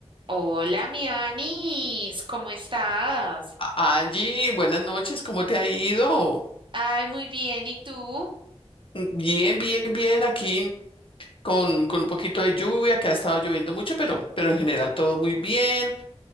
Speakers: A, on the right (about 50°); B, on the left (about 55°).
A: Hola, mi Anis, ¿cómo estás?
B: Angie, buenas noches, ¿cómo te ha ido?
A: Ay, muy bien, ¿y tú?
B: Bien, bien, bien, aquí con, con un poquito de lluvia, que ha estado lloviendo mucho, pero, pero en general todo muy bien.